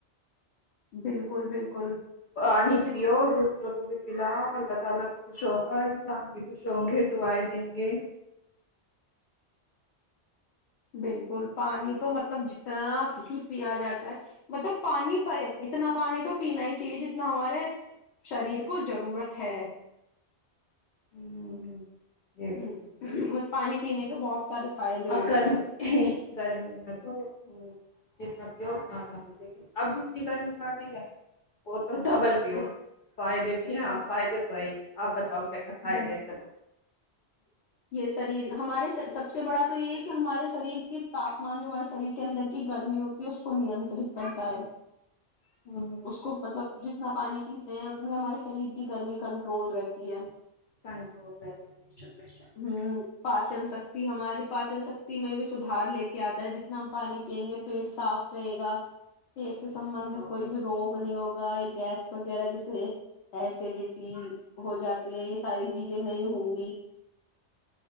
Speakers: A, on the left; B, on the left.
A: بالکل بالکل
B: پانی
A: ج
B: پیو دوسروں کو بھی الا اللہ تعالی خوش ہو گا انسان کی خوش ہوں گے دعائیں دیں گے
A: بالکل پانی تو مطلب جتنا ہی پیا جاتا ہے مطلب پانی اتنا پانی تو پینا ہی چاہیے جتنا ہمارے شریر کو ضرورت ہے
B: <inaudible>
A: ہ
B: بالکل
A: م پانی پینے کا بہت سارے فائدے ہوتے
B: گرمی
A: ہیں جیسے
B: گرمی میں تو جتنا بت مات میں لیکن اب جی ا گرمی پڑ رہی ہے وہ تو ڈبل پیو فائدے بھی نا فائدے تو ہے ہی آپ بتاؤ کیا کیا فائدے
A: ب
B: ہے چلو
A: یہ شریر ہمارے سب سے بڑا تو یہ ہے کہ ہمارے شریر کی تاپمان جو ہمارے شریر کے اندر کی گرمی ہوتی ہے اس کو نینترت کرتا ہے
B: ہوں
A: اس کو مطلب جت اتنا پانی پیتے ہیں ہمارے شریر کی گرمی کنٹرول رہتی ہے
B: کنٹرول رہتے بے شک بے شک
A: ہ پاچن شکتی ہماری پاچن شکتی میں بھی سدھار لے کے کیا آتا ہے جتنا ہم پانی پئیں گے پیٹ صاف رہے گا پیٹ سے سبندت
B: ہاں
A: کوئی
B: بالکل
A: بھی روگ
B: بالکل
A: نہیں ہوگا ایک ایس وغیرہ جیسے ایسیڈیٹی ہو جات یہ ساری چیزیں نہیں ہوں گی